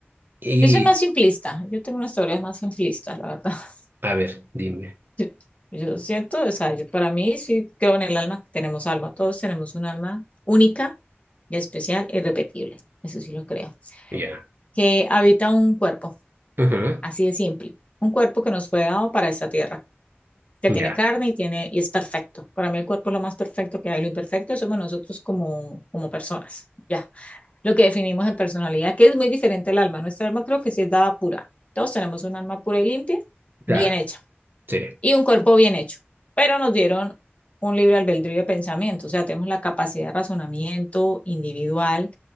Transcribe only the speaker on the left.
Yo soy más simplista, yo tengo unas teorías más simplistas, la verdad. <laughs>
Yo, yo siento, o sea, yo para mí sí creo en el alma, que tenemos alma, todos tenemos un alma única y especial e irrepetible, eso sí lo creo,
que habita un cuerpo.
Así de simple. Un cuerpo que nos fue dado para esta tierra, que
tiene carne y tiene y es perfecto. Para mí el cuerpo es lo más perfecto que hay. Lo imperfecto somos nosotros como, como personas. Ya. Lo que definimos en personalidad, que es muy diferente al alma. Nuestra alma creo que sí es dada pura. Todos tenemos un alma pura y limpia,
bien hecha,
y un cuerpo bien hecho. Pero nos dieron un libre albedrío de pensamiento, o sea, tenemos la capacidad de razonamiento individual